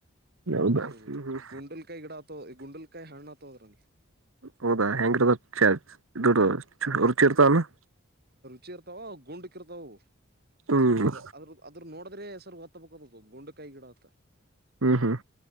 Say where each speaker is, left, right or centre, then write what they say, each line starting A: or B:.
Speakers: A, on the right (about 80°); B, on the right (about 50°).
A: ಹೌದಾ
B: ಹೌದು
A: ಹ್ಮ್ ಹ್ಮ್
B: ಗುಂಡಲ್ ಕೈ ಗಿಡಾ ತ್ ಗುಂಡನ್ ಕೈ ಹೆಂಗ್ ಆತಾವವರಂದಿ
A: ಹೌದಾ ಹೆಂಗರಬೇಕ್ ಚರ್ಚ್ ಇದುಡ ಚೇರ್ತಾನ <unintelligible>
B: ಚಿ ಇರ್ತಾವ ಗುಂಡಕ್ಕ ಇರ್ತಾವ ಅವು
A: ಹ್ಮ್
B: ಅದ ಅದ್ರ ಅದ್ರ ನೋಡಿದ್ರೆ ಸರ್ವ್ ಬ ಬೋ ಗುಂಡ ಕೈ ಗಿಡಾ ಅಕ್ಕಾ
A: ಹ್ಮ್ ಹ್ಮ್